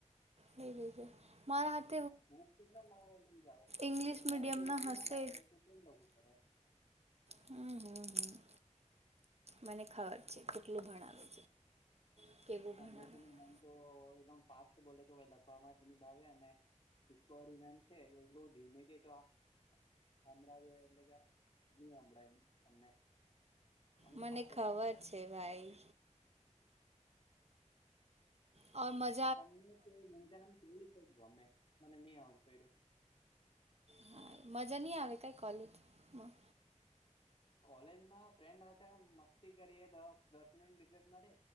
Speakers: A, on the right; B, on the left.
A: લઈ લઈજ મારા હા
B: બુક કેટલા લાવો લઈ જાવ
A: ઇંગ્લિશ
B: મેમ
A: મીડિયમના
B: તો ઈઝમાં
A: હશે
B: લખાવે તો તો લખું કરે
A: હમ હમ હમ મને ખબર છે કેટલું ભણાવે છે કેવું ભણાવે
B: અબટી નું નામ તો એકદમ ફાસ્ટ બોલે તો લખવામાં ભાવેને ઈકો વાડી મેમ છે એટલું ધીમે કતો સંભળાય એટલે કે નહી સંભળાય અમને અમે તો
A: મને
B: પાછળ
A: ખબર
B: બેસીએ
A: છે ભાઈ મજ
B: તમને તે વિધામ જોઈ ગમે મને નહી આવજ પ્યું
A: હા મજા નહીં આવે કઈ કોલેજમાં
B: કોલેજમાં ફ્રેન્ડ હતા મસ્તી કરીએ દસ મિનિટ રિઝટ મળે